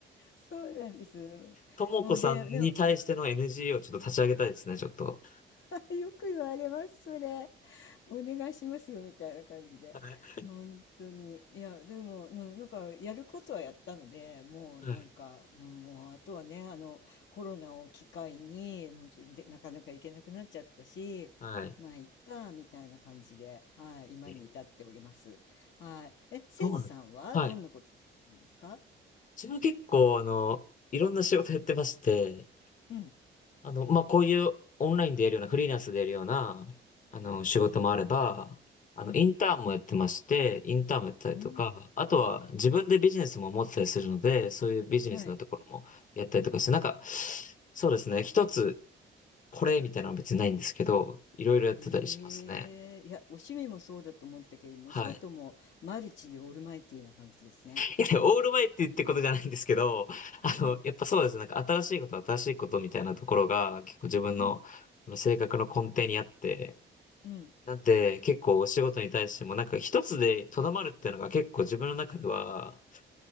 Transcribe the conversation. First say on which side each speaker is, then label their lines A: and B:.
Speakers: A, on the left; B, on the left.
A: そうなんです。
B: ともこさんに対しての
A: もうで、でも、
B: NGO をちょっと立ち上げたいですね、ちょっと。
A: <laughs> あよく言われます、それ。お願いしますよ、みたいな感じで。
B: はい。
A: 本当に。いや、でも、うん、なんか、やることはやったので、もう、
B: はい。
A: なんか、うんもう、あとはね、あの、コロナを機会に、もうちょ、で、なかなか行けなくなっちゃったし、
B: はい。
A: まあ、いっか、みたいな感じで、はい、今に至っております。
B: えー
A: はい。え、せいじさんは、
B: そうなんはい。
A: どんなことされてるんですか
B: 自分結構、あの、いろんな仕事やってまして、
A: うん、
B: あの、まあ、こういうオンラインでやるような、フリーランスでやるような、あの、仕事もあれば、あの、
A: うん、
B: インターンもやってまして、インターンもやったりとか、
A: うん。
B: あとは自分でビジネスも持ってたりするので、
A: え、
B: そういうビジネスのところもやったりとかして、
A: はい。
B: なんか、そうですね、一つこれみたいなのは別にないんですけど、いろいろやってたりしますね。
A: へえ、いや、お趣味もそうだと思ったけれども、
B: はい。
A: お仕事もマルチでオールマイティーな感じですね。
B: いやオールマイティってことじゃないんですけど、あの、
A: うん、
B: やっぱそうですね、なんか新しいこと、新しいことみたいなところが結構自分のあの性格の根底にあって、
A: うん、うん。
B: なんで、結構お仕事に対しても、なんか一つでとどまるっていうのが結構自分の中では、